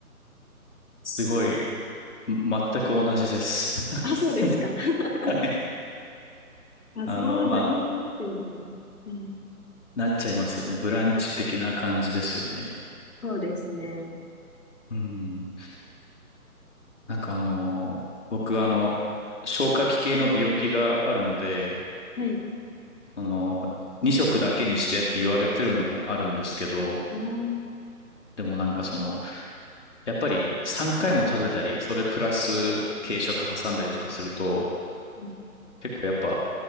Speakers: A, on the left; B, on the left.
A: すごい、ん全く同じです。<laughs>
B: あ、そうですか。<laughs>
A: はい。
B: あ、
A: あの、
B: そうなりますよね。
A: まあ、
B: はい。
A: なっちゃいますよね。ブランチ的な感じですよね。
B: そうですね。
A: うん。なんかあの、僕あの、消化器系の病気があるので、
B: はい。
A: その、2食だけにしてって言われてるのもあるんですけど、
B: おー。
A: でもなんかその、やっぱり3回も食べたり、それプラス軽食挟んだりとかすると、
B: うん
A: 結構やっぱ